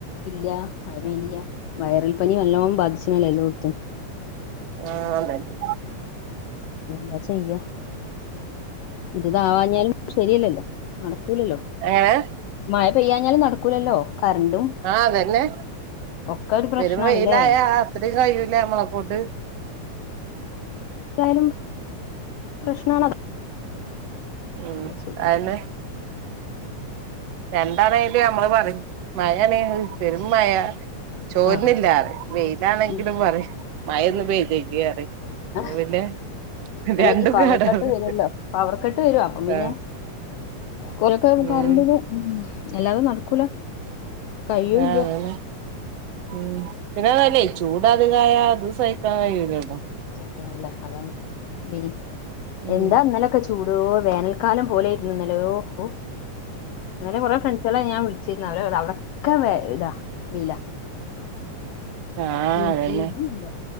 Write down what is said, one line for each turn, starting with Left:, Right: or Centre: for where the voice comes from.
Left: ഇല്ല്യാ മഴ പെയ്നില്ല്യാ. വയ്റൽ പനി നല്ലോം ബാധ്ച്ച്നല്ലോ എല്ലോട്ത്തും.
Right: ആഹ് അതന്നെ
Left: എന്താ ചെയ്യാ. ഇദ്താവാഞ്ഞാലും ശെര്യല്ലല്ലോ നടക്കൂലല്ലോ.
Right: എങ്ങനെ
Left: മഴ പെയ്യാഞ്ഞാലും നടക്കൂലല്ലോ കറണ്ടും
Right: ആഹ് അതന്നെ
Left: ഒക്കെ ഒരു പ്രശ്നാണല്ലേ
Right: പെരും വെയിലായ അത്രീം കയ്യൂലേ നമ്മളെക്കൊണ്ട്
Left: എന്തായാലും പ്രശ്നാണത്.
Right: ഉം
Left: ചെയ്യാ
Right: അയെന്നെ. രണ്ടാണേ അയില് നമ്മള് പറയു മഴാനെ പെരും മഴ. ചോര്നില്ല
Left: ആ
Right: വെയിലാണെങ്കിലും
Left: ഉം,
Right: പറയും മഴൊന്ന് പെയ്തേക്കീ പറയും. അപ്പൊ
Left: ആഹ്
Right: പിന്നെ
Left: അല്ല
Right: രണ്ടും
Left: ഇഞ്ഞീ പവർ
Right: കേടാണ്
Left: കട്ട് വരല്ലോ പവർ കട്ട് വരൂ അപ്പം പിന്നെ
Right: ആഹ്
Left: <unintelligible>
Right: ഉം
Left: കറണ്ടിന് എല്ലാതെ നടക്കൂല കയ്യൂല്ല്യ.
Right: ആഹ് അതന്നെ ഉം പിന്നതല്ലേയ് ചൂടതികായ അതൂ സയിക്കാൻ കഴൂലേല്ലോ.
Left: സയിക്കാന് കയ്യുല അതാണ് മെയിൻ
Right: ഉം
Left: എന്താ ന്നലൊക്കെ ചോ ചൂടോ വേനൽക്കാലം പോലൊയ്ര്ന്നുന്നല്ലോ ഓഹ് ഇന്നലെ കൊറെ ഫ്രണ്ട് സേളെ ഞാൻ വിള്ച്ചിര്ന്ന് അവരെ അവടൊക്കെ ഇതാ വെയ്ലാ.
Right: ആഹ്
Left: എവിടെയില്ല
Right: അതന്നെ